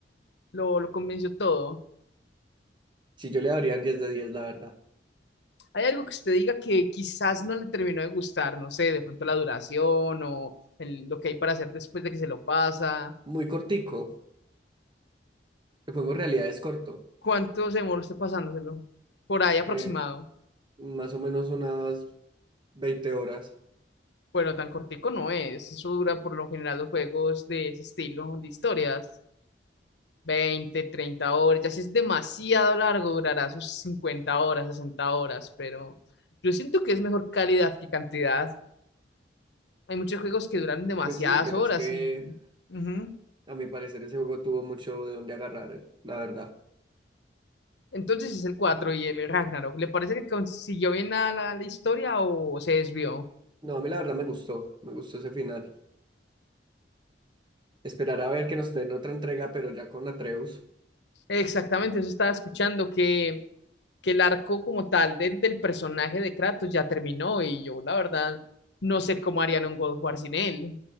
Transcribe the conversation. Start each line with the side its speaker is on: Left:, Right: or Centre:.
Left: Lo, lo convenció todo.
Right: Si yo le daría un 10 de diez, la verdad.
Left: ¿Hay algo que usted diga que quizás no le terminó de gustar? No sé, de pronto la duración o el- lo que hay para hacer después de que se lo pasa.
Right: Muy cortico, el juego en realidad es corto,
Left: ¿Cuánto se demora usted pasándoselo? Por ahí aproximado.
Right: eh, más o menos unas 20 horas.
Left: Bueno, tan cortico no es. Eso dura por lo general los juegos de ese estilo, de historias. veinte, treinta horas. Ya si es demasiado largo, durará sus 50 horas, 60 horas. Pero yo siento que es mejor calidad que cantidad. Hay muchos juegos que duran demasiadas
Right: Pues sí, pero
Left: horas
Right: es que
Left: y... ujú.
Right: a mi parecer ese juego tuvo mucho de dónde agarrar, eh, la verdad.
Left: Entonces es el 4 y el Ragnarok. ¿Le parece que consiguió bien la, la la historia o se desvió?
Right: No, a mí la verdad me gustó, me gustó ese final. Esperar a ver que nos den otra entrega, pero ya con Atreus.
Left: Exactamente, eso estaba escuchando, que, que el arco como tal del, del personaje de Kratos ya terminó y yo la verdad no sé cómo harían un God of War sin él.